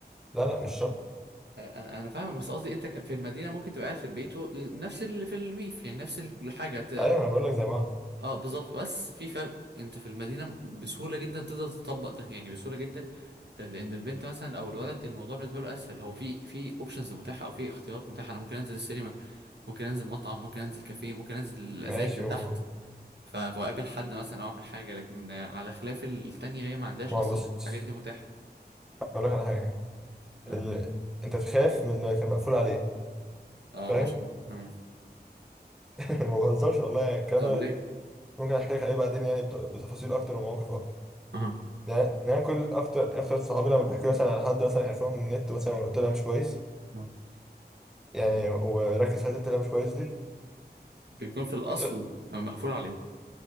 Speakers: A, in the centre; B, on the right (about 80°).
A: لا لا مش شرط
B: انا انا فاهمك بس قصدي انت ك- في المدينه ممكن تبقى قاعد في البيت و- نفس اللي في الريف يعني نفس الحاجه
A: ايوه ما انا بقول لك زي بعض
B: اه بالظبط بس في فرق انت في المدينه بسهوله جدا تقدر تطبق ده يعني بسهوله جدا آه، لان البنت مثلا او الولد الموضوع بالنسبه له اسهل هو في في اوبشنز متاحه او في اختيارات متاحه انا ممكن انزل السينما ممكن انزل مطعم ممكن انزل كافيه ممكن انزل اذاكر
A: ماشي
B: تحت
A: و
B: ف- فاقابل حد مثلا او اعمل حاجه لكن آه، على خلاف ال- التانية هي ما عندهاش
A: ما
B: اصلا
A: هو بص
B: الحاجات دي متاحه
A: اقول لك على حاجة
B: اه
A: ال... انت تخاف من اللي كان مقفول عليه
B: اه
A: فاهم
B: عشان آه.
A: <laughs> ما بهزرش والله يعني الكلام
B: طب
A: ده
B: ليه؟
A: ممكن احكي لك عليه بعدين يعني بت- بتفاصيل اكتر ومواقف اكتر
B: اها
A: يعني يعني أنا كل اكتر اكتر صحابي لما بيحكوا لي مثلا على حد مثلا عرفوه من النت مثلا وطلع مش كويس
B: آه.
A: يعني وركز في حته طلع مش كويس دي
B: بيكون في الاصل
A: اكتر
B: مقفول عليه